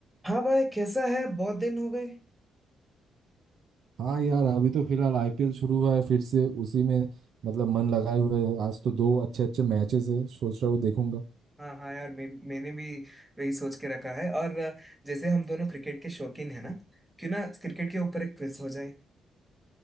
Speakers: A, in the centre; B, on the right.
A: हाँ भाई कैसा है बहुत दिन हो गए
B: हाँ यार अभी तो फिलहाल आईपीएल शुरू हुआ है फिर से उसी में मतलब मन लगाए हुए है आज तो दो अच्छे अच्छे मैचेस है सोच रहा हूँ देखूंगा
A: हाँ हाँ यार मैं, मैंने भी वही सोच के रखा है और अ, जैसे हम दोनों क्रिकेट के शौकीन है ना क्यों ना क्रिकेट के ऊपर एक क्विज हो जाए